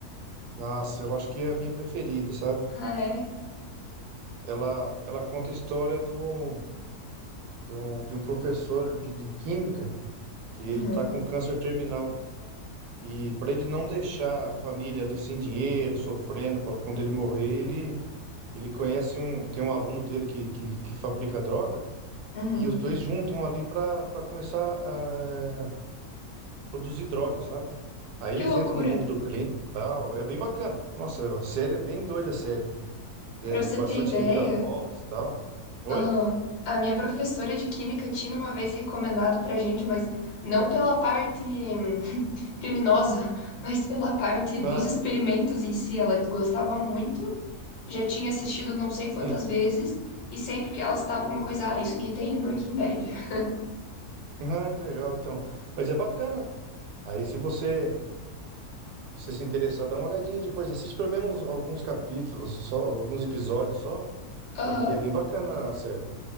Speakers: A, on the right; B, on the left.
A: Nossa, eu acho que é a minha preferida, sabe?
B: Ah, é?
A: Ela, ela conta a história do de um, de um professor de, de química que ele
B: Uhum.
A: tá com câncer terminal. E para ele não deixar a família ali sem dinheiro, sofrendo, para quando ele morrer, ele, ele conhece um, tem um aluno dele que, que, que fabrica droga
B: Uhum.
A: e os dois juntam ali para para começar a eh, produzir droga, sabe? Aí
B: Que
A: eles
B: loucura.
A: entram no mundo do crime e tal, é bem bacana. Nossa, a série é bem doida, a série. É,
B: Pra
A: com
B: você
A: bastante
B: ter ideia,
A: reviravoltas e tal. Oi?
B: Aham. A minha professora de química tinha uma vez recomendado pra gente, mas não pela parte hum, <laughs> criminosa, mas pela parte dos
A: Ah,
B: experimentos em si. Ela gostava muito, já tinha assistido não sei
A: sim.
B: quantas vezes, e sempre que ela estava alguma coisa, ah, isso aqui tem em Breaking Bad. <laughs>
A: Ah, que legal, então. Mas é bacana. Aí, se você, você se interessar, dá uma olhadinha depois. Assiste pelo menos alguns capítulos, só alguns episódios só,
B: Aham,
A: que, é, que é bem bacana a série.